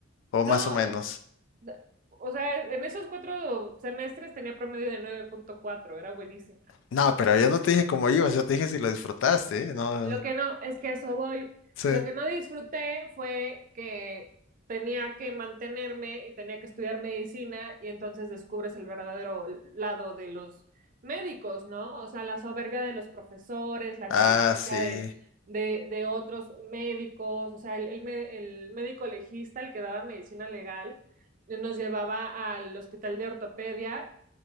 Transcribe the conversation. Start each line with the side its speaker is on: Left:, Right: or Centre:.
Left: o
Right: no,
Left: más o menos?
Right: eh, da- o sea, en esos cuatro semestres tenía promedio de nueve punto cuatro, era buenísima.
Left: No, pero yo no te dije cómo ibas, yo te dije si lo disfrutaste, ¿eh? No,
Right: Lo que no, es que eso voy.
Left: sí.
Right: Lo que no disfruté fue que tenía que mantenerme y tenía que estudiar medicina y entonces descubres el verdadero lado de los médicos, ¿no? O sea, la soberbia de los profesores, la
Left: Ah,
Right: negligencia
Left: sí.
Right: de, de, de otros médicos, o sea, el, el me- el médico legista, el que daba medicina legal, nos llevaba al hospital de ortopedia